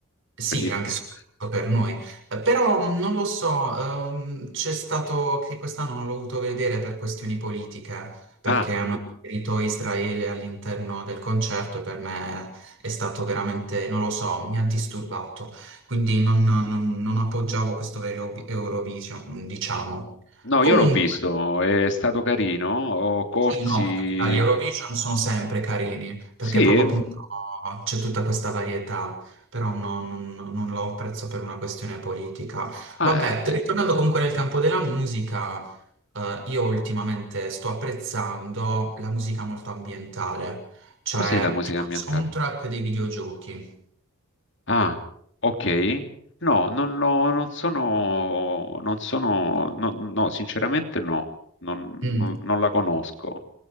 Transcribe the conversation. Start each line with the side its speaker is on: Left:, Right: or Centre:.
Right: sì,
Left: per gli-
Right: anche
Left: eh,
Right: soprattutto per noi, Eh, però mh, non lo so, ehm, c'è stato che quest'anno non l'ho voluto vedere per questioni politiche, perché
Left: Ah,
Right: hanno inserito Israele all'interno del concerto e per me è stato veramente, non lo so, mi ha disturbato, quindi non, non- non appoggiavo questo vero Eurovi- Eurovision, diciamo.
Left: no,
Right: Comunque.
Left: io l'ho visto, è stato carino. Corsi
Right: Sì, no, perché gli Eurovision sono sempre carini, perché
Left: Sì,
Right: proprio
Left: ehm,
Right: appunto c'è tutta questa varietà, però no- non, non lo apprezzo per una questione politica.
Left: ah,
Right: Vabbè,
Left: eh, eh,
Right: ritornando comunque nel campo della musica, eh, io ultimamente sto apprezzando la musica molto ambientale, cioè
Left: cos'è la musica
Right: tipo
Left: ambientale?
Right: il soundtrack dei videogiochi.
Left: Ah, ok. No, non, lo- non sono, non sono, no, no, sinceramente no, non,
Right: Mm.
Left: non- non la conosco.